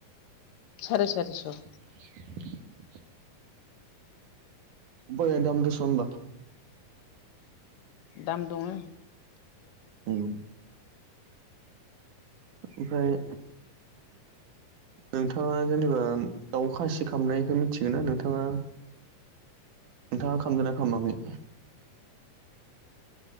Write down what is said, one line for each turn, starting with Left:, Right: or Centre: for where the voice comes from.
Left: सारि सारि स'
Right: <unintelligible> बया दाम दसं ओमबा
Left: दाम दङो
Right: ओम ओमफ्राय नोंथांआ जेनोबा दाउ खासि खामनायखौ मिथिगोन ना नोंथांआ
Left: <unintelligible>
Right: नोंथांआ खामदो ना खामाखै